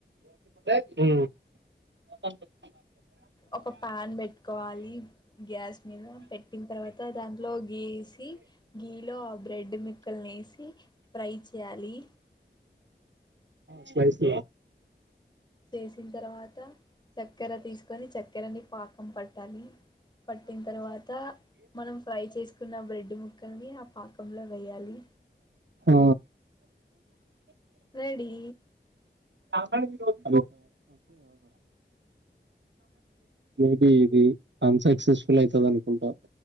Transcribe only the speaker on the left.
ఒక ప్యాన్ పెట్టుకోవాలి గ్యాస్ మీద పెట్టిన తర్వాత దాంట్లో గీ వేసి గీలో ఆ బ్రెడ్ మిక్కల్ని వేసి ఫ్రై చేయాలి
చేసిన తర్వాత చక్కెర తీసుకొని చక్కెర ని పాకం పట్టాలి పట్టిన తర్వాత మనం ఫ్రై చేసి న్న బ్రెడ్ ముక్కల్ని ఆ పాకంలో వేయ్యాలి
రెడి